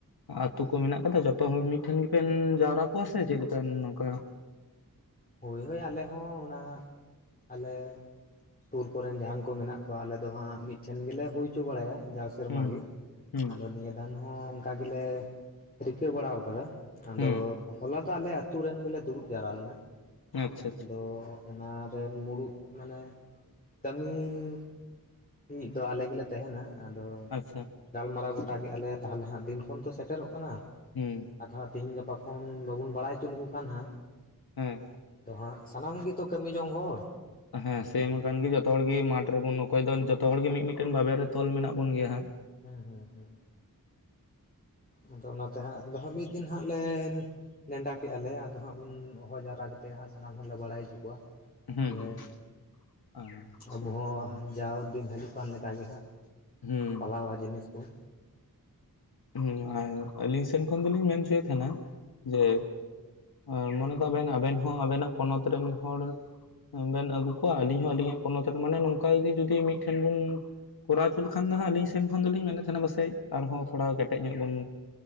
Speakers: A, on the left; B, on the left.
A: ᱟᱹᱛᱩ ᱠᱚ ᱢᱮᱱᱟᱜ ᱠᱟᱫᱟ ᱡᱚᱛᱚ ᱦᱚᱲ ᱢᱤᱫᱴᱷᱮᱱ ᱜᱮᱵᱮᱱ ᱡᱟᱣᱨᱟ ᱠᱚᱣᱟ ᱥᱮ ᱪᱮᱫ ᱞᱮᱠᱟ, ᱱᱚᱝᱠᱟᱼᱼ
B: ᱦᱳᱭ ᱦᱳᱭ ᱟᱞᱮ ᱦᱚᱸ ᱚᱱᱟ ᱟᱞᱮᱼᱼ ᱥᱩᱨ ᱠᱚ ᱨᱮᱱ ᱡᱟᱦᱟᱱ ᱠᱚ ᱢᱮᱱᱟᱜ ᱠᱚᱣᱟ ᱟᱞᱮ ᱫᱚ ᱦᱟᱸᱜ ᱢᱤᱫᱴᱷᱮᱱ ᱜᱮᱞᱮ ᱦᱩᱭ ᱪᱚ ᱵᱟᱲᱟᱭᱟ, ᱡᱟᱥᱼᱼ ᱥᱮᱨᱢᱟ
A: ᱦᱩᱸ
B: ᱜᱮ,
A: ᱦᱩᱸ
B: ᱟᱫᱚ ᱱᱤᱭᱟᱹ ᱫᱟᱱ ᱦᱚᱸ ᱚᱱᱠᱟ ᱜᱮᱞᱮ ᱨᱤᱠᱟᱹ ᱵᱟᱲᱟᱣ ᱠᱟᱫᱟ᱾ ᱟᱫᱚ
A: ᱦᱩᱸ
B: ᱦᱚᱞᱟ ᱫᱚ ᱟᱞᱮ ᱟᱹᱛᱩ ᱨᱮᱱ ᱜᱮᱞᱮ ᱫᱩᱲᱩᱵ ᱡᱟᱣᱨᱟ ᱞᱮᱱᱟ᱾ ᱦᱩᱸ,
A: ᱟᱪᱪᱷᱟ ᱟᱪᱪᱷᱟ
B: ᱟᱫᱚ ᱚᱱᱟ ᱨᱮᱱ ᱢᱩᱲᱩᱛ ᱢᱟᱱᱮ ᱠᱟᱹᱢᱤ ᱼᱼ ᱢᱤᱫ ᱫᱚ ᱟᱞᱮ ᱜᱮᱞᱮ ᱛᱟᱦᱮᱱᱟ ᱟᱫᱚᱼᱼ
A: ᱟᱪᱪᱷᱟ
B: ᱜᱟᱞᱢᱟᱨᱟᱣ ᱜᱚᱴᱟ ᱠᱮᱜᱼᱟ ᱞᱮ ᱛᱟᱦᱞᱮ ᱦᱟᱸᱜ ᱫᱤᱱ ᱠᱷᱚᱱ ᱛᱚ ᱥᱮᱴᱮᱨᱚᱜ ᱠᱟᱱᱟ,
A: ᱦᱩᱸ
B: ᱟᱫᱚ ᱦᱟᱸᱜ ᱛᱤᱦᱤᱧ ᱜᱟᱯᱟᱼᱼ ᱠᱷᱚᱱ ᱵᱟᱵᱩᱱ ᱵᱟᱲᱟᱭ ᱪᱚ ᱞᱮᱠᱚ ᱠᱷᱟᱱ ᱦᱟᱸᱜᱼᱼ
A: ᱦᱩᱸ᱾
B: ᱛᱚ ᱦᱟᱸᱜ ᱥᱟᱱᱟᱢ ᱜᱤᱛᱚ ᱠᱟᱹᱢᱤ ᱡᱚᱝ ᱦᱚᱲ᱾
A: ᱦᱮᱸ ᱥᱮ ᱢᱟ ᱠᱟᱱ ᱜᱤ ᱡᱚᱛᱚ ᱦᱚᱲ ᱜᱮ ᱢᱟᱴᱷ ᱨᱮᱵᱚᱱ ᱚᱠᱚᱭ ᱫᱚ ᱡᱚᱛᱚ ᱦᱚᱲ ᱜᱮ ᱢᱤᱜ ᱢᱤᱜᱴᱮᱱ ᱵᱟᱵᱮᱨ ᱨᱮ ᱛᱚᱞ ᱢᱮᱱᱟᱜ ᱵᱚᱱ ᱜᱮᱭᱟ ᱦᱟᱸᱜ᱾
B: ᱦᱮᱸ ᱦᱮᱸ ᱦᱮᱸ, ᱟᱫᱚ ᱚᱱᱟ ᱛᱮ ᱦᱟᱸᱜ ᱫᱚ ᱦᱟᱸᱜ ᱢᱤᱫ ᱫᱤᱱ ᱦᱟᱸᱜ ᱞᱮᱼᱼ ᱱᱮᱰᱟ ᱠᱮᱜᱼᱟ ᱞᱮ ᱟᱫᱚ ᱦᱟᱸᱜ ᱩᱱ ᱦᱚᱦᱚ ᱡᱟᱣᱨᱟ ᱠᱟᱛᱮᱜ ᱦᱟᱸᱜ ᱥᱟᱱᱟᱢ ᱦᱚᱲ ᱞᱮ ᱵᱟᱲᱟᱭ ᱩᱪᱩ ᱠᱚᱣᱟ᱾
A: ᱦᱩᱸ
B: ᱡᱮ
A: ᱦᱩᱸ ᱟᱪᱪᱷᱟ
B: ᱟᱵᱚ ᱦᱚᱸ ᱡᱟᱣ ᱫᱤᱱ ᱦᱟᱹᱡᱩᱜ ᱠᱟᱱ ᱞᱮᱠᱟ ᱜᱮ ᱦᱟᱸᱜᱼᱼ
A: ᱦᱩᱸ᱾
B: <unintelligible> ᱡᱤᱱᱤᱥ ᱠᱩᱼᱼ
A: ᱦᱩᱸ ᱟᱨ ᱟᱹᱞᱤᱧ ᱥᱮᱱ ᱠᱷᱚᱱ ᱫᱩᱞᱤᱧ ᱢᱮᱱ ᱩᱪᱩᱭᱮᱜ ᱛᱮᱦᱮᱱᱟ ᱡᱮᱼᱼ ᱟ ᱢᱚᱱᱮ ᱠᱟᱜ ᱵᱮᱱ ᱟᱵᱮᱱ ᱦᱚᱸ ᱟᱵᱮᱱᱟᱜ ᱯᱚᱱᱚᱛ ᱨᱮᱱ ᱦᱚᱲᱼᱼ ᱵᱮᱱ ᱟᱹᱜᱩ ᱠᱚᱣᱟ ᱟᱹᱞᱤᱧ ᱦᱚᱸ ᱟᱹᱞᱤᱧᱟᱜ ᱯᱚᱱᱚᱛ ᱨᱮ ᱢᱟᱱᱮ ᱱᱚᱝᱠᱟ ᱜᱤ ᱡᱩᱫᱤ ᱢᱤᱫᱴᱷᱮᱱ ᱵᱩᱱᱼᱼ ᱠᱚᱨᱟᱣ ᱪᱩ ᱞᱮᱠᱷᱟᱱ ᱫᱚ ᱦᱟᱸᱜ ᱟᱹᱞᱤᱧᱱ ᱥᱮᱱ ᱠᱷᱚᱱ ᱫᱚᱞ ᱤᱧ ᱢᱮᱱᱮᱜ ᱛᱮᱦᱮᱱᱟ ᱯᱟᱥᱮᱡ ᱟᱨᱦᱚᱸᱼᱼ ᱛᱷᱚᱲᱟ ᱠᱮᱴᱮᱡ ᱧᱚᱜ ᱵᱩᱱ,